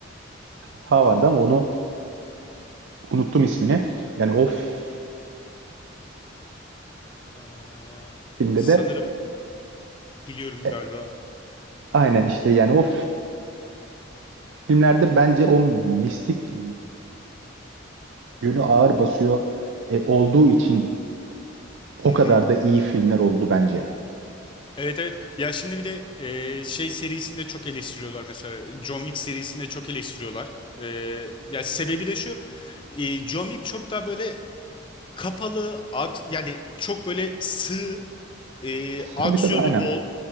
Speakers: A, on the right; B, on the left.
A: daha vardı ama onu unuttum ismini. Yani o f-
B: eee,
A: filmde
B: sanırım
A: de
B: biliyorum
A: e,
B: galiba.
A: aynen işte yani o Filmlerde bence o mistik yönü ağır basıyor e, olduğu için o
B: Hı
A: kadar
B: hı.
A: da iyi filmler oldu bence.
B: Evet evet. Ya şimdi bir de eee, şey serisinde çok eleştiriyorlar mesela. John Wick serisinde çok eleştiriyorlar. Eee, ya sebebi de şu. eee, John Wick çok daha böyle kapalı, ak- yani çok böyle sığ, eee,
A: Tabii
B: aksiyonu
A: tabii aynen.
B: bol.